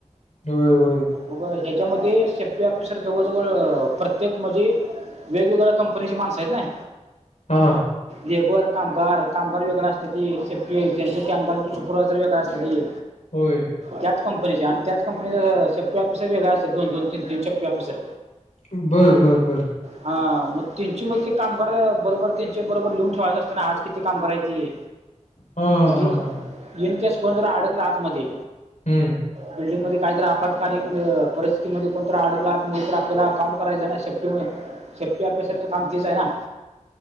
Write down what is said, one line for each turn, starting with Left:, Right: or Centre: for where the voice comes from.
Left: दुदु.
Right: मग ह्याच्यामध्ये सेफ्टी ऑफिसर जवळजवळ प्रत्येक म्हणजे वेगवेगळ्या कंपनीची माणसं आहेत नाय.
Left: हा.
Right: लेबर कामगार. कामगार वेगळं असत्याती. त्यांचं की कामगारा सुपरवायझर वेगळं असत्याती.
Left: होय.
Right: त्याच कंपनीच्या त्याच कंपनीचा सेप्टी ऑफिसर वेगळा असत दोन-दोन, तीन-तीन शेप्टी ऑफिसर.
Left: बरं, बरं, बरं.
Right: हा. मग त्यांची मग ते कामगार बरोबर त्यांचे बरोबर लिहून ठेवायचे असत ना आज किती कामगार आहेती.
Left: हां, हां,
Right: म्हणजे
Left: हां, हां.
Right: येनकस कोण तर अडकला आत मध्ये
Left: हं.
Right: बिल्डिंग मध्ये काहीतरी आपत्कालीन परिस्थितीमध्ये कोणत अडकलात आत मध्ये कोण तर आपल्याला अकाउंट करायचं नाही सेफ्टीमुळे सेफ्टी ऑफिसर च काम तीच आहे ना.